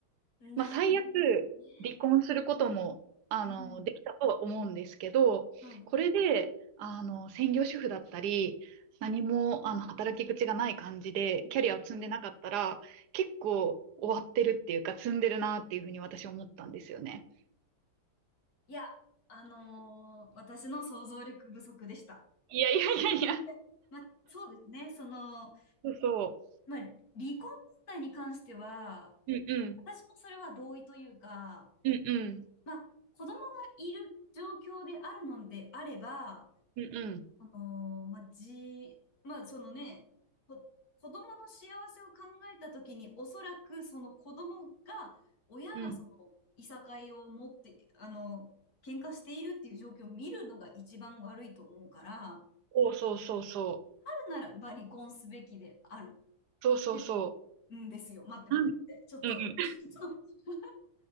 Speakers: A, on the left; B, on the right.
A: なるほどね。
B: まあ、最悪、離婚することも、あの、
A: うん。
B: できたとは思うんですけど、
A: はい。
B: これで、あの、専業主婦だったり、何も、あの、働き口がない感じで、キャリアを積んでなかったら、結構終わってるっていうか、積んでるなっていうふうに私思ったんですよね。
A: いや、あのー私の想像力不足でした。
B: いやいやいやいや、
A: いやまあ、そうですね。その、
B: そうそ
A: まあ、離婚問題に関しては、
B: う。うんうん。
A: 私もそれは同意というか、
B: うんうん。
A: まあ、子供がいる状況であるのであれば、
B: うんうん。
A: あのまあ、じ、まあ、そのね、こ子供の幸せを考えたときに、おそらくその子供が、親がその、
B: うん
A: いさかいを持って、あの、喧嘩しているっていう状況を見るのが一番悪いと思うから、あ
B: お、そうそうそう。
A: るならば離婚すべきである。
B: そうそうそ
A: でうんですよ。待って待って待って。
B: う。なん、
A: ちょっと、
B: うん
A: ちょっと。